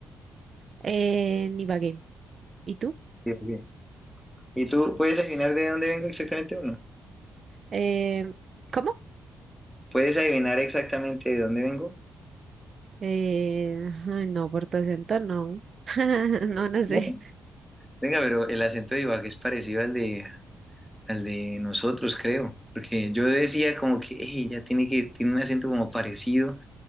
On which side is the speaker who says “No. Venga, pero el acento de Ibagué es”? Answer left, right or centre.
Centre